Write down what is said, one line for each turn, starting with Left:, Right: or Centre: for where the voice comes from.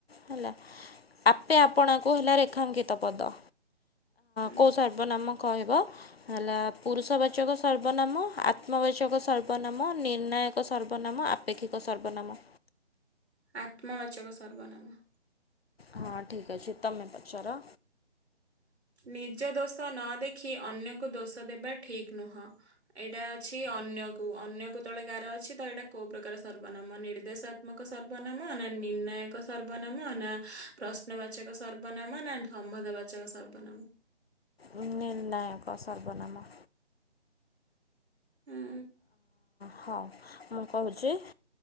Left: ହେଲା ଆପେ ଆପଣଙ୍କୁ ହେଲା ରେଖାଙ୍କିତ ପଦ,
Right: ହୁଁ
Left: କୋଉ ସର୍ ବ ନାମ କହିବ। ହେଲା ପୁରୁଷବାଚକ ସର୍ବନାମ, ଆତ୍ମବାଚକ ସର୍ବନାମ, ନିର୍ଣ୍ଣାୟ କ ସର୍ବନାମ, ଆପେକ୍ଷିକ ସର୍ବନାମ।
Right: ଆତ୍ମବାଚକ ସର୍ବନାମ।
Left: ହଁ ଠିକ ଅଛି, ତମେ ପଚାର।
Right: ନିଜ ଦୋଷ ନ ଦେଖି ଅନ୍ୟକୁ ଦୋଷ ଦେବା ଠିକ ନୁହଁ। ଏଇଟା ଅଛି ଅନ୍ୟକୁ ଅନ୍ୟକୁ ତଳେ ଗାର ଅଛି ତ ଏଇଟା କୋଉ ପ୍ରକାର ସର୍ବନାମ ନିର୍ଦ୍ଦେଶାତ୍ମକ ସର୍ବନାମ ନା ନିର୍ଣ୍ଣାୟକ ସର୍ବନାମ ନା ପ୍ରଶ୍ନବାଚକ ସର୍ବନାମ ନା ସମ୍ବନ୍ଧ ବାଚକ ସର୍ବନାମ?
Left: ନିର୍ଣ୍ଣୟକ ସର୍ବନାମ।
Right: ଉଁ
Left: ହଉ ମୁଁ କହୁଚି।